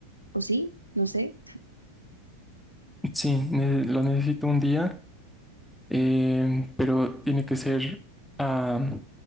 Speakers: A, on the right; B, in the centre.
A: o sí, no sé.
B: Sí, ne- lo necesito un día. Eh, pero tiene que ser ah,